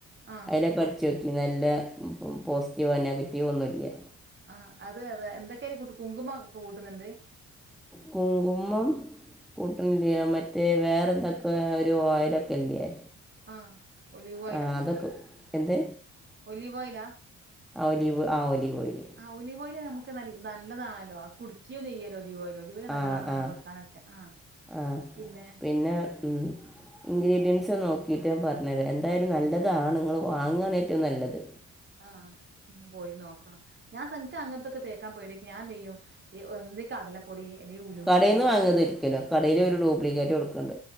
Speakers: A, on the right; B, in the centre.
A: ആഹ്
B: അയ്ലൊക്കെ അട്ചോക്കി നല്ല പോസ്റ്റീവ നെഗറ്റീവൊന്നുല്ല്യ.
A: ആ അത് അതേ എന്തൊക്കെയ്ല് കൂട്ട് കുങ്കുമക്കെ കൂട്ട്ന്ന്ണ്ട്.
B: കുങ്കുമ്മം കൂട്ട്ണില്ല്യ മറ്റേ വേറെന്തൊക്കെ ഒര് ഓയിലൊക്കെല്ലേേ?
A: ആഹ്. ഒലീവ്
B: ആ അതൊക്കെ എന്ത്?
A: ഒലിവോയില.
B: ആ ഓലിവ് ആ ഓലിവോയില്.
A: ആ ഒലിവോയില് നമക്ക് നല്ല നല്ലതാണല്ലോ അത് കുടിക്ക്യോ ചെയ്യല്ലോ ഒലിവോയില്. ലൊലിവോയിൽ നല്ലതാണ്
B: ആ
A: ന്ന്
B: ആ
A: പർഞ് വെക്കാനൊക്കെ. ആഹ്
B: ആ
A: പിന്നെ
B: പിന്നെ ഉം ഇൻഗ്രീഡിയൻസ് നോക്കിട്ട് ഞാൻ പർഞ്ഞരാ. എന്തായാലും നല്ലതാണ് ഇങ്ങൾ വാങ്ങാണ് ഏറ്റവും നല്ലത്.
A: ആഹ് ഒന്ന് പോയി നോക്കണം. ഞാൻ പ്പം ഇൻക്ക് അങ്ങൻത്തൊക്കെ തേക്കാൻ പേട്യായിട്ട് ഞാനെന്തെയ്യും, ഈ ഒ ന്നെ കടല പൊടി അല്ലേ ഉൽ
B: കടേന്ന് വാങ്ങര്ത് ഒരിക്കലും, കടേല് ഇവര് ഡ്യൂപ്ലിക്കേറ്റ് കൊടുക്ണ്ട്.